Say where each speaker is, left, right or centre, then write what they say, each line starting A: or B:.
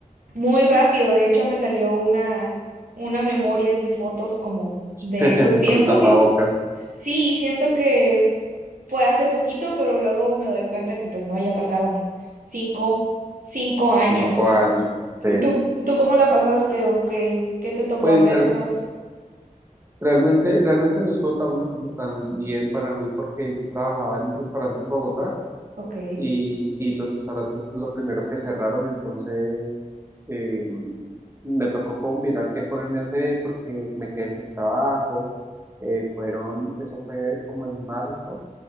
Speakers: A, on the right; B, on the right.
A: muy rápido. De hecho, me salió una, una memoria en mis fotos como de
B: <laughs>
A: esos tiempos
B: Con el tapabocas,
A: y Sí, y siento que fue hace poquito, pero luego me doy cuenta que pues no, ya pasaron cinco, cinco años.
B: cinco años,
A: ¿Tú,
B: sí.
A: tú cómo la pasaste o qué, qué te tocó
B: Pues
A: hacer
B: real-
A: esos?
B: realmente, realmente no estuvo tan, como tan bien para mí porque yo trabajaba en un restaurante en Bogotá
A: Ok,
B: y, y los restaurantes fue lo primero que cerraron, entonces eh, me tocó como mirar qué ponerme a hacer porque me quedé sin trabajo. eh, fueron, eso fue como en marzo,